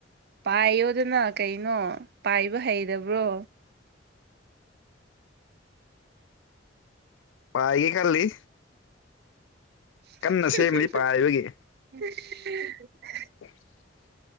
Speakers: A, on the right; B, on the left.
A: ꯄꯥꯏꯌꯣꯗꯅ ꯀꯩꯅꯣ ꯄꯥꯏꯕ ꯍꯩꯔꯕ꯭ꯔꯣ
B: ꯄꯥꯏꯒꯦ ꯈꯜꯂꯤ
A: <unintelligible>
B: ꯀꯟꯅ ꯁꯦꯝꯂꯤ ꯄꯥꯏꯕꯒꯤ <inaudible>